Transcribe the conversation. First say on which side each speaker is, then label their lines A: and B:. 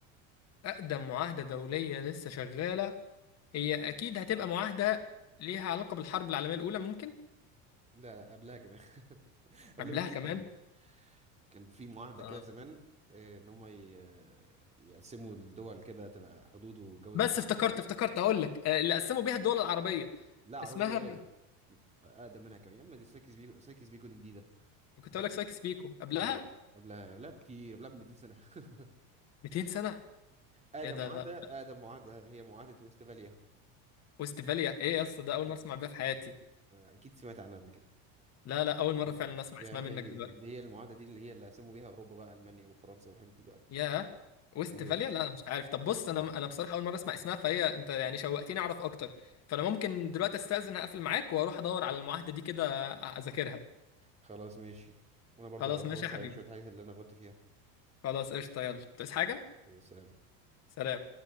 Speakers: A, on the left; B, on the right.
A: أقدم معاهدة دولية لسه شغالة هي أكيد هتبقى معاهدة ليها علاقة بالحرب العالمية الأولى ممكن
B: لا لا قبلها كمان <laughs> قبلها
A: قبلها
B: بكتير
A: كمان
B: كمان كان في معاهده
A: اه
B: كده زمان آه، ان هم ي- يقسموا الدول كده تبقى حدود وجوده
A: بس
B: في اوروبا
A: افتكرت افتكرت هقول لك آه، اللي قسموا بيها الدول العربية
B: لا عربيه
A: اسمها
B: ايه اقدم منها كمان يا اما دي سايكس بيكو سايكس بيكو دي جديده
A: كنت اقول لك سايكس بيكو قبلها
B: لا لا قبلها قبلها بكتير قبلها ب 200 سنه <laughs>
A: 200 سنة
B: اقدم
A: ايه ده
B: معاهده
A: لا
B: اقدم معاهده هي معاهده وستفاليا
A: وستفاليا ايه
B: اكيد
A: يا اسطى
B: أك-
A: ده اول مره
B: أك-
A: اسمع بيها في حياتي
B: اكيد سمعت عنها قبل كده
A: لا لا اول مره
B: يا
A: فعلا اسمع
B: يا
A: اسمها
B: عم
A: منك دلوقتي
B: دي هي المعاهدة دي اللي هي اللي قسموا بيها أوروبا بقى ألمانيا وفرنسا والحتت دي بقى
A: ياه وستفاليا
B: ايوه
A: لا انا مش عارف طب بص انا انا بصراحه اول مره اسمع اسمها فهي انت يعني شوقتني اعرف اكتر فانا ممكن دلوقتي استاذن اقفل معاك واروح ادور على المعاهده دي كده اذاكرها
B: خلاص ماشي وأنا برضو
A: خلاص
B: هروح
A: ماشي
B: أبص
A: يا حبيبي
B: على شوية حاجات اللي أنا غلطت فيها
A: خلاص قشطه يلا بتعوز
B: يلا.
A: حاجه
B: سلام
A: سلام